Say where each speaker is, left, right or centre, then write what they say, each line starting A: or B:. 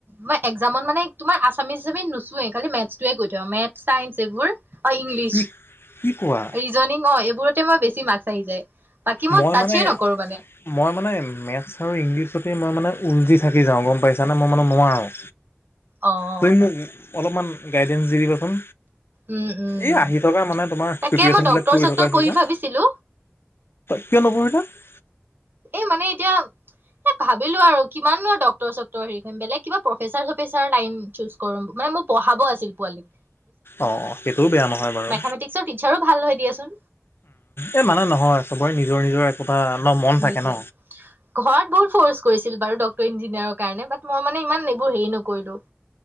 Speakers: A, on the right; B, on the left.
A: মই এক্সাম মানে তোমাৰ আছামিছি নোচোৱৱে খালি মেথটোৱে কৈ থ মেথচ চাইন্স এইবোৰ। অ', ইংলিছ
B: কি কি কোৱা
A: ৰিজনিং অ', এইবোৰ মই বেছি মাৰ্কছ আহি যায়। বাকী
B: মই
A: টাচে
B: মানে
A: নকৰো মানে
B: মই মানে মেথ্ছ আৰু ইংলিছতেই মই মানে উলজি থাকি যাওঁ গম পাইছা। জানা মই মানে নোৱাৰোঁ
A: অ',
B: তুমি মোক অলপমান গাইডেঞ্চ দি দিবাচোন।
A: উম, উম,
B: এই আহি থকা মানে তোমাৰ
A: তাকে
B: প্ৰিপচন
A: মই ডক্তৰ
B: বিলাক পৰি
A: চক্তৰ
B: থকাই
A: পঢ়ি
B: হৈছে।
A: ভাবিছিলো
B: কিয় ন'। <unintelligible>
A: এ মানে এতিয়া এ ভাবিলোঁ আৰু কিমান ডক্টৰ চক্টৰ হেৰি কৰিম প্ৰফেচাৰ চ লাইন চুচ ম মানে মোৰ পঢ়াব আছিল পোৱালীক।
B: অ', সেইটোও বেয়া নহয় বাৰু।
A: মেথামেটিক্সৰ টিচাৰো ভাল হয় দিয়াচোন
B: এই মানে নহয় সবৰে নিজৰ, নিজৰ একোটা ন মন
A: সেইটোৱে
B: থাকে ন।
A: ঘৰত বহুত ফ'ৰ্চ কৰিছিল বাৰু ডক্টৰ ইঞ্জিনিয়াৰৰ কাৰণে ব মই মানে ইমান এইবোৰ হেৰি নকৰিলো।